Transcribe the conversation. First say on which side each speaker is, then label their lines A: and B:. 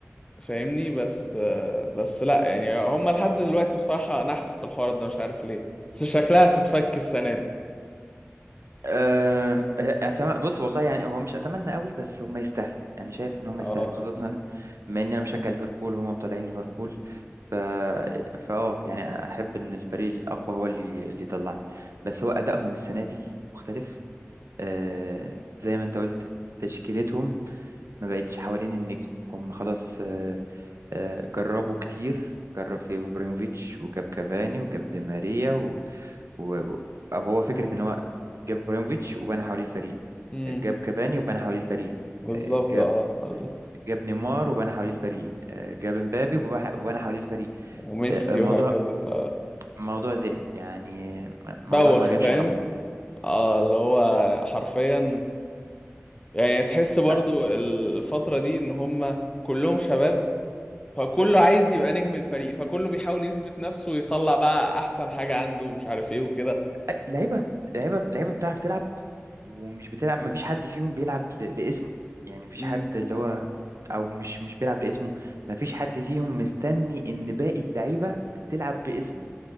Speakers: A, on the left (about 20°); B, on the right (about 70°).
A: فاهمني بس آه، بس لا يعني هم لحد دلوقتي بصراحة نحس في الحوار ده مش عارف ليه بس شكلها هتتفك السنة دي
B: أه، أتم... بص والله يعني هو مش اتمنى قوي بس هم يستاهلوا يعني شايف ان هم
A: اه
B: يستاهلوا خاصه إن انا بما اني انا مشجع ليفربول وهم مطلعين ليفربول ف فاه يعني احب ان الفريق الاقوى هو اللي اللي يطلعني بس هو ادائهم السنه دي مختلف أه، زي ما انت قلت تشكيلتهم ما بقتش حوالين النجم هم خلاص أه، أه، جربوا كتير جرب في ابراهيموفيتش وجاب كافاني وجاب دي ماريا و... و- أو هو فكرة إن هو جاب ابراهيموفيتش وبنى حواليه الفريق
A: امم
B: جاب كافاني وبنى حواليه الفريق
A: بالظبط
B: آه، جاب
A: اه بل-
B: جاب نيمار وبنى حواليه الفريق آه، جاب مبابي وبح- وبنى حواليه الفريق
A: وميسي
B: آه، الموضوع
A: وهكذا ف
B: موضوع زهق يعني م-
A: بوخ
B: موضوع ما جابش
A: فاهم
B: همه
A: اه اللي هو حرفيا يعني تحس برضو
B: ف-
A: الفترة دي ان هم كلهم شباب فكله عايز يبقى نجم الفريق فكله بيحاول يثبت نفسه ويطلع بقى احسن حاجة عنده مش عارف ايه وكده
B: أي- لعيبة لعيبة لعيبة بتعرف تلعب ومش بتلعب ما فيش حد فيهم بيلعب ل- لاسمه يعني ما فيش
A: امم
B: حد اللي هو او مش مش بيلعب لاسمه ما فيش حد فيهم مستني ان باقي اللعيبة تلعب باسمه